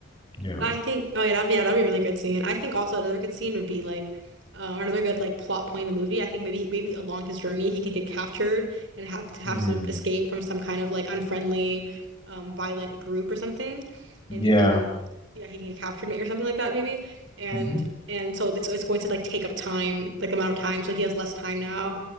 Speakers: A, on the left; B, on the right.
A: Yeah.
B: I think, oh yeah, that'd be, yeah, that'd be a really good scene. I think also another good scene would be like, uh, or another good like plot point in the movie. I think maybe maybe along his journey he can get captured and have to have
A: Mm.
B: to escape from some kind of like unfriendly, um, violent group or something, and
A: Yeah.
B: he can, yeah, he can get captured or something like that maybe, and
A: hmm
B: and so it's it's going to like take up time, like the amount of time, so he has less time now